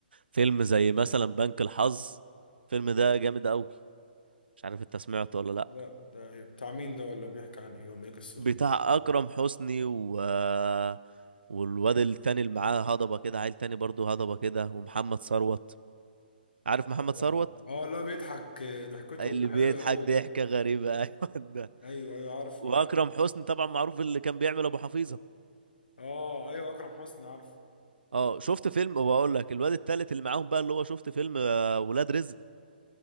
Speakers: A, on the right; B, on the left.
A: فيلم زي مثلا بنك الحظ الفيلم ده جامد قوي مش عارف انت سمعته ولا لا
B: ده ده إيه؟ بتاع مين ده ولا بيحكي عن ايه ولا ايه قصته
A: بتاع
B: ده
A: اكرم حسني و آه، والواد التاني اللي معاه هضبه كده عيل تاني برضه هضبه كده ومحمد ثروت عارف محمد
B: اه
A: ثروت
B: آه، لا بيضحك آه، ضحكته
A: اللي بيضحك
B: حلوه قوي
A: ضحكه
B: ده
A: غريبه <laughs> ايوه ده
B: ايوه ايوه عارف
A: واكرم
B: وانا
A: حسني طبعا معروف اللي كان بيعمل ابو حفيظه
B: اه ايوه اكرم حسني عارف
A: اه شفت فيلم وبقول لك الواد التالت اللي معاهم بقى اللي هو شفت فيلم آه، ولاد رزق